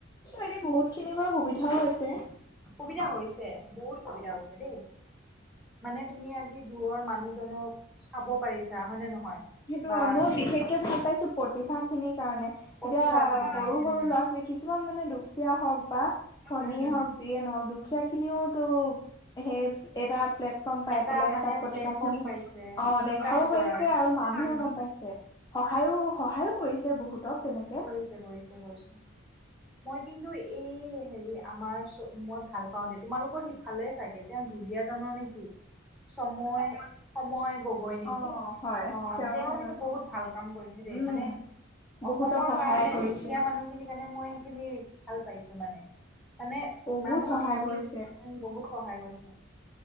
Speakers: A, on the left (about 20°); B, in the centre.
A: এনেই বহুত খিনি বাৰু সুবিধাও হৈছে
B: সুবিধা হৈছে বহুত সুবিধা হৈছে দেই মানে তুমি আজি দূৰৰ মানুহজনক চাব পাৰিছা হয় নে নহয়
A: সেইটো
B: বা
A: হয় মই বিশেষকে ভাল পাইছো প্ৰতিভা খিনিক কাৰণে
B: প্ৰতিভাখিনি
A: এতিয়া সৰু
B: কাৰণে
A: সৰু
B: উম
A: ল'ৰা ছোৱালী কিছুমান মানে দুখীয়া হওক বা ধনীয়ে
B: উম উম
A: হওক যিয়ে নহওক দুখীয়া খিনিওতো সেই এটা প্লেটফৰ্ম পাই
B: এটা
A: পেলাই
B: মানে
A: তাত প্ৰতিভা
B: প্লেটফৰ্ম
A: খিনি
B: পাইছে
A: অ
B: ইনকাম
A: দেখাব
B: কৰাৰ
A: পাৰিছে আৰু ম মানুহে
B: উম
A: গম পাইছে সহায়ো সহায়ো কৰিছে বহুতক তেনেকে
B: কৰিছে কৰিছে কৰিছে। মই কিন্তু এই হেৰি আমাৰ চ মই ভাল পাওঁ‌ দে তোমালোকৰ সিফালে চাগে তেওঁ দুলীয়াজানৰ নেকি? সময় সময় গগৈ নেকি
A: অ হয়
B: অ'
A: তেওঁৰ
B: তেওঁ
A: কথা
B: কিন্তু
A: কৈছে
B: বহুত ভাল কাম কৰি চে দেই
A: উম
B: মানে।
A: বহুতক
B: অসমৰ
A: সহায়
B: কাৰণে
A: কৰিছে
B: দুখীয়া মানুহখিনিৰ কাৰণে মই সেইখিনি ভাল পাইছো মানে। মানে
A: বহুত
B: মানুহ
A: সহায়
B: ধনী
A: কৰিছে
B: বহুত সহায় কৰিছে।